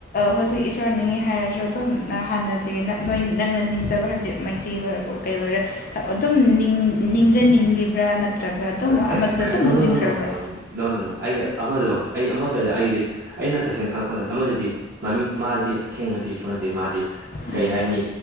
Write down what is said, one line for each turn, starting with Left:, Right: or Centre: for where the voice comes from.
Left: ꯍꯧꯖꯤꯛ ꯏꯁꯣꯔ ꯅꯤꯡꯉꯤ ꯍꯥꯏꯔꯁꯨ ꯑꯗꯨꯝ ꯍꯥꯟꯅꯗꯤ ꯅꯪꯅ ꯅꯤꯡꯖꯕ ꯍꯥꯏꯕꯗꯤ ꯃꯩꯇꯩꯒꯤ ꯑꯣꯏꯕ ꯀꯩ ꯑꯣꯏꯔꯦ ꯑꯗꯨꯝ ꯅꯤꯡꯖꯅꯤꯡꯂꯤꯕ꯭ꯔꯥ ꯅꯠꯇ꯭ꯔꯒ ꯑꯗꯨꯝ
Right: ꯑꯦ
Left: ꯑꯃꯗꯨꯗ
Right: ꯀꯩ
Left: ꯑꯗꯨꯝ
Right: ꯅꯣ
Left: ꯂꯨꯞꯅꯤꯡꯈ꯭ꯔꯕ꯭ꯔꯥ
Right: ꯅꯣ ꯅꯣ ꯅꯣ ꯅꯣ ꯅꯣ ꯅ ꯅꯣ ꯑꯩ ꯑꯃꯗꯣ ꯑꯩ ꯑꯃꯀꯗ ꯑꯩꯒꯤꯗꯤ ꯑꯩꯅ ꯇꯁꯦꯡꯅ ꯈꯪꯉꯛꯄꯗ ꯑꯃꯗꯗꯤ ꯃꯃꯤꯡ ꯃꯥꯗꯨꯗꯤꯁꯦꯡꯅꯠꯇꯦ ꯁꯨꯡ ꯅꯠꯇꯦ ꯃꯥꯗꯤ
Left: ꯎꯝ
Right: ꯀꯩ ꯍꯥꯏꯅꯤ